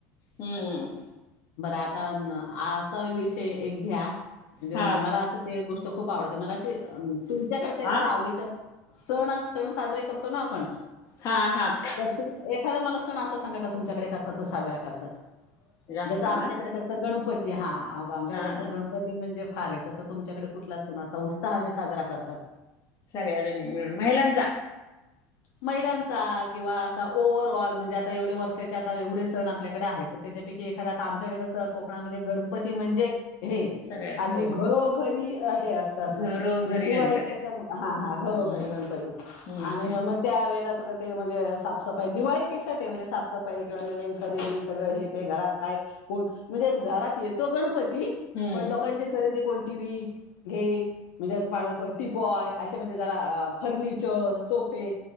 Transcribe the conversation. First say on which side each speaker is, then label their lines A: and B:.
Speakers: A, on the left; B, on the left.
A: हम्मम
B: बरं आता असा विषय एक घ्या म्हणजे
A: हा
B: मला असं ते गोष्ट खूप आवडते मला अशी तुमच्याकडच्या
A: हा
B: एख आवडीच सण सण साजरे करतो ना आपण,
A: हा हा
B: तर तुम एखादा मला सण असा सांगा का तुमच्याकडे कसा तो साजरा करतात.
A: जास्त
B: जसं आमच्याकडे
A: ना
B: कसं गणपती हा, अ आमच्याकडे
A: हा.
B: कसं गणपती म्हणजे फार आहे तसं तुमच्याकडे कुठला अस ना उत्साहाने साजरा करतात.
A: सगळ्याजणी मिळून महिलांचा.
B: महिलांचा किंवा असा ओव्हर ऑल म्हणजे आता एवढे वर्षाचे आता एवढे सण आपल्याकड आहेत. तर त्याच्यापैकी एखादा आता आमच्याकडे कसं कोकणामध्ये गणपती म्हणजे हे.
A: सगळ्यात
B: अगदी
A: हो
B: घरोघरी हे अस.
A: घरोघरी
B: <inaudible> म्हणजे दिवाळीपेक्षा
A: गणपती असतात.
B: हा हा घरोघरी
A: हम्म
B: गणपती
A: हम्म
B: आणि म. त्या वेळेला सगळं ते म्हणजे साफसफाई दिवाळीपेक्षा ते म्हणजे साफसफाई किंवा नवीन खरेदी. सगळ हे ते घरात काय कोण म्हणजे घरात येतो गणपती
A: हम्म
B: पण लोकांचे. खरेदी कोणती बी घेल म्हणजे असं <inaudible> टिपवाय असे म्हणजे जरा अ. फर्निचर सोफे